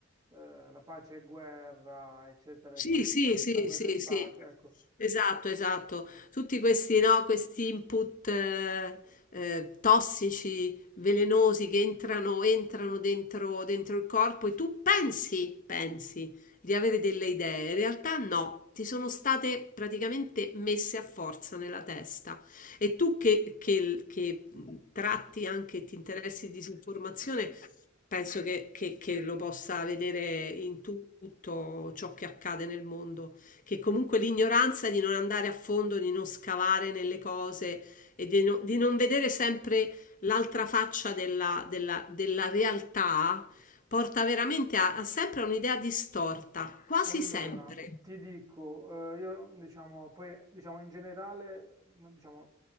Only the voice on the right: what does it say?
eh, la pace è guerra, eccetera,
eccetera,
la guerra
è pace,
ecco.
Allora,
ti dico, eh, io diciamo, poi diciamo in generale, no, diciamo,